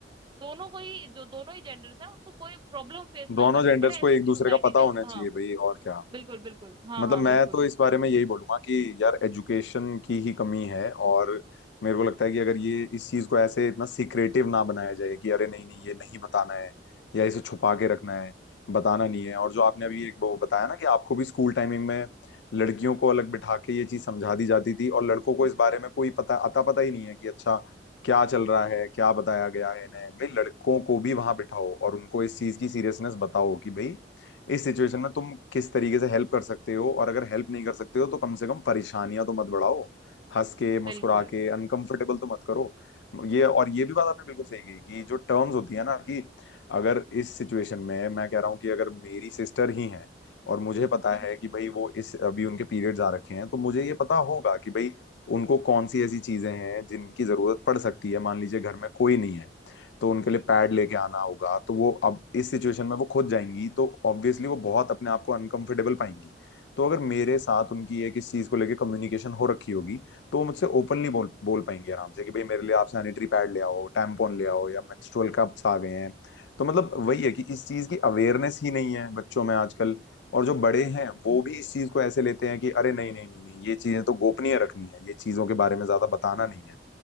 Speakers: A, on the right; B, on the left.
A: दोनों को ही जो दोनों ही जेंडर्स हैं उनको कोई प्रॉब्लम फेस ना
B: दोनों
A: करनी
B: जेंडर्स
A: पड़े ऐसी
B: को एक
A: सोसाइटी
B: दूसरे का पता
A: जो है-
B: होना
A: हाँ
B: चाहिए भाई और क्या
A: बिल्कुल बिल्कुल हाँ
B: मतलब
A: हाँ
B: मैं
A: बिल्कुल
B: तो इस बारे में यही बोलूंगा कि यार एजुकेशन की ही कमी है और मेरे को लगता है कि अगर ये इस चीज को ऐसे इतना सीक्रेटिव ना बनाया जाए कि अरे नहीं नहीं ये नहीं बताना है या इसे छुपा के रखना है बताना नहीं है और जो आपने अभी एक वो बताया ना कि आपको भी स्कूल टाइमिंग में लड़कियों को अलग बिठा के ये चीज समझा दी जाती थी और लड़कों को इस बारे में कोई पता अता पता ही नहीं है कि अच्छा क्या चल रहा है क्या बताया गया है इन्हें भाई लड़कों को भी वहां बिठाओ और उनको इस चीज की सीरियसनेस बताओ कि भाई इस सिचुएशन में तुम किस तरीके से हेल्प कर सकते हो और अगर हेल्प नहीं कर सकते हो तो कम से कम परेशानियां तो मत बढ़ाओ हंस के मुस्कुरा
A: बिल्कुल
B: के अनकंफर्टेबल तो मत करो ये और ये भी बात आपने बिल्कुल सही कही कि जो टर्म्स होती है ना कि अगर इस सिचुएशन में मैं कह रहा हूँ कि अगर मेरी सिस्टर ही है और मुझे पता
A: हम्म
B: है कि भाई वो इस अभी उनके पीरियड्स आ रखे हैं तो मुझे ये पता होगा कि भाई उनको कौन सी ऐसी चीजें हैं जिनकी जरूरत पड़ सकती है मान लीजिए घर में कोई नहीं है तो उनके
A: हम्म
B: लिए
A: हम्म,
B: पैड लेके आना होगा तो वो अब इस सिचुएशन में वो खुद जाएंगी तो ऑब्वियसली वो बहुत अपने आप को अनकंफर्टेबल पाएंगी तो अगर मेरे
A: बिल्कुल
B: साथ उनकी एक इस चीज को लेके कम्युनिकेशन हो रखी होगी तो वो मुझसे ओपनली बोल बोल पाएंगी आराम से कि भाई मेरे लिए आप सैनिटरी पैड ले आओ टैम्पॉन ले आओ या मेंस्ट्रुअल कप्स आ गए हैं तो मतलब वही है कि इस चीज की अवेयरनेस ही नहीं है बच्चों में आजकल और जो बड़े हैं वो भी इस चीज को ऐसे लेते हैं कि अरे नहीं नहीं नहीं नहीं ये चीजें तो गोपनीय रखनी है ये चीजों के बारे में ज्यादा बताना नहीं है